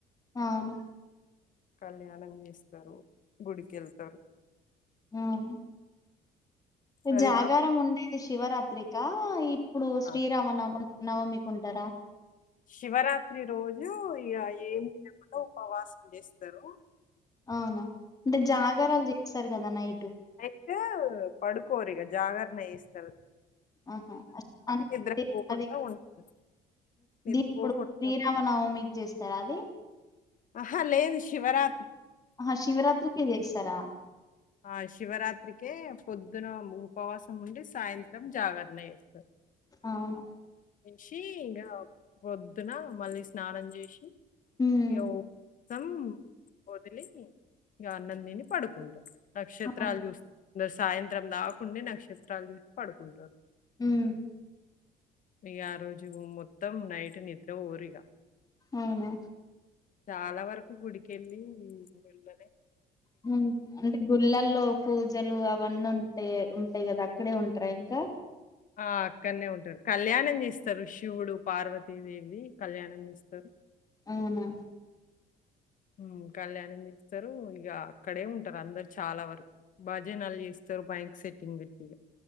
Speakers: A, on the left; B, on the left.
A: అవును.
B: కళ్యాణం చేస్తరు, గుడికి ఎళ్తరు.
A: అవునా
B: అది
A: జాగార
B: కూడా
A: ముండేటిది శివరా త్రికా ఇ ప్పుడు శ్రీరామనవమి
B: ఆ,
A: నవమికి ఉంటరా.
B: శివరాత్రి రోజు ఇగ ఏం తినకుండా ఉపవాసం చేస్తరు.
A: అవునా. అంటే జాగారలు చేయ స్తరుగా నై
B: అయితే పడుకోరు ఇగా జాగరణ చేస్తరు.
A: ఆహా
B: నిద్రపోకుండా
A: <inaudible> అది
B: ఉంటారు నిద్రపోకుండా
A: ఇప్పుడు శ్రీరామ
B: ఉం-
A: నవమికి చేస్తరా అది.
B: అహా లేదు శివరా
A: అహా శివరాత్రికే చేస్తరా.
B: ఆ శివరాత్రికే పొద్దున ఉపవాసం ఉండి, సాయంత్రం జాగరణ చేస్తరు.
A: అవునా
B: లేచి ఇగా పొద్దున మళ్ళీ స్నానం జేశి
A: ఉమ్
B: యో వ్రతం వదిలి ఇగా అన్నం తిని పడుకుంటరు. నక్షత్రాలు
A: అవును
B: చూస్ ఇంగా సాయంత్రం దాకుండి నక్షత్రాలు చూశి పడుకుంటరు.
A: హుమ్
B: ఇగా ఆ రోజు మొత్తం నైట్ నిద్రపోరిగా
A: అవునా
B: చాలా వరకు గుడికెళ్ళి గుడుళ్ళ
A: హ్ అంటే గుళ్ళల్లో పూజలు అవన్నీ ఉం టయి కదా అక్కడే ఉంటరా ఇంకా
B: ఆ అక్కడనే ఉంటారు. కళ్యాణం చేస్తరు శివుడు పార్వతీదేవిది కళ్యాణం చేస్తరు.
A: అవునా.
B: హ్ కళ్యాణం చేస్తరు, ఇగా అక్కడే ఉంటరు అందరు చాలా వరకు బజనలు చేస్తరు మైక్ సెట్టింగ్ పెట్టి ఇగా.